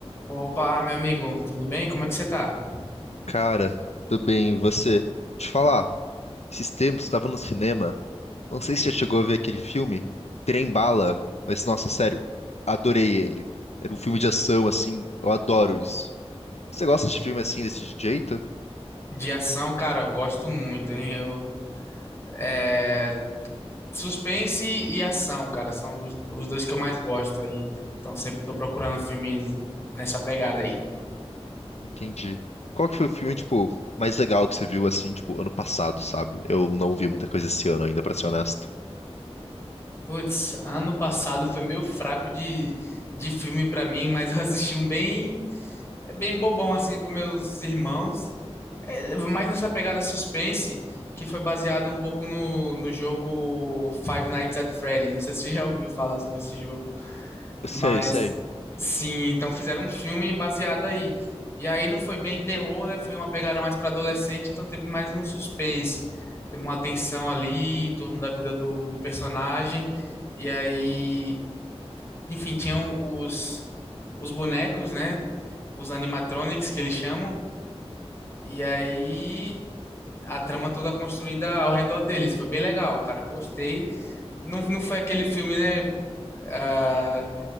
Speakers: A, on the left; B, on the left.
A: Opa, meu amigo, tudo bem? Como é que você tá?
B: Cara, tudo bem, e você? Deixa eu Te falar, esses tempos estava no cinema, não sei se já chegou a ver aquele filme, Trem Bala, mas nossa, sério, adorei ele. Era um filme de ação, assim, eu adoro isso. Você gosta de filme assim, desse jeito?
A: De ação, cara, eu gosto muito, hein? Eu, é, suspense e ação, cara, são os, os dois que eu mais gosto aí. Então sempre tô procurando filmes nessa pegada aí.
B: Entendi. Qual que foi o filme, tipo, mais legal que você viu, assim, tipo, ano passado, sabe? Eu não vi muita coisa esse ano ainda, pra ser honesto.
A: Putz, ano passado foi meio fraco de, de filme pra mim, mas eu assisti um bem, é bem bobão assim com meus irmãos. É, mais nessa pegada suspense, que foi baseado um pouco no, no jogo Five Nights at Freddy. Não sei se você já ouviu falar sobre esse jogo. Mas
B: Sei, sei.
A: sim, então fizeram um filme baseado aí. E aí não foi bem terror, né? Foi uma pegada mais para adolescente, então teve mais um suspense. Teve uma tensão ali em torno da vida do, do personagem. E aí, enfim, tinham os, os bonecos, né? Os animatronics que eles chamam. E aí a trama toda construída ao redor deles. Foi bem legal, cara. Eu gostei. Não, não foi aquele filme, né? Ah,